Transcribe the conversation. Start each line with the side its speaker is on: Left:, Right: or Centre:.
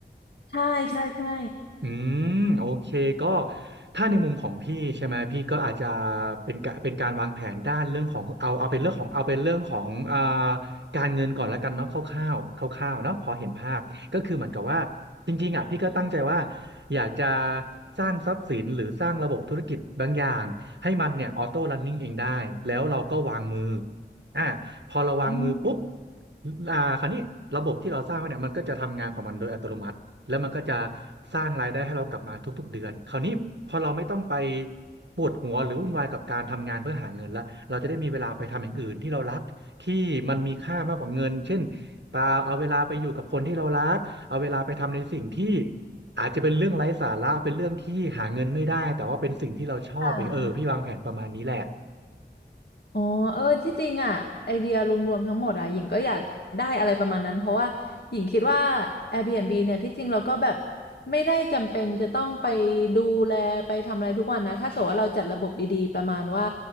Left: ใช่ใช่ใช่
Right: อืมโอเคก็ถ้าในมุมของพี่ใช่ไหมพี่ก็อาจจะเป็นกะเป็นการวางแผนด้านเรื่องของเอาเอาเป็นเรื่องของเอาเป็นเรื่องของอ่าการเงินก่อนแล้วกันเนาะคร่าวๆคร่าวๆเนาะพอเห็นภาพก็คือเหมือนกับว่าจริงๆอ่ะพี่ก็ตั้งใจว่าอยากจะสร้างทรัพย์สินหรือสร้างระบบธุรกิจบางอย่างให้มันเนี่ยออโต้รันนิ่งเองได้แล้วเราก็วางมืออ่าพอเราวางมือปุ๊บ
Left: อืม
Right: อ่าคราวนี้ระบบที่เราสร้างไว้เนี่ยมันก็จะทำงานของมันโดยอัตโนมัติ แล้วมันก็จะสร้างรายได้ให้เรากลับมาทุกๆเดือนคราวนี้พอเราไม่ต้องไปปวดหัวหรือวุ่นวายกับการทำงานเพื่อหาเงินละเราจะได้มีเวลาไปทำอย่างอื่นที่เรารักที่มันมีค่ามากกว่าเงินเช่นเปล่าเอาเวลาไปอยู่กับคนที่เรารักเอาเวลาไปทำในสิ่งที่อาจจะเป็นเรื่องไร้สาระเป็นเรื่องที่หาเงินไม่ได้แต่ว่าเป็นสิ่งที่เราชอบเองเออพี่วางแผนประมาณนี้แหละ
Left: ค่ะ อ๋อ เออที่จริงอ่ะไอเดียรวมๆทั้งหมดอ่ะหญิงก็อยากได้อะไรประมาณนั้นเพราะว่าหญิงคิดว่า Airbnb เนี่ยที่จริงเราก็แบบไม่ได้จำเป็นจะต้องไปดูแลไปทำอะไรทุกวันนะถ้าเกิดว่าเราจัดระบบดีๆประมาณว่า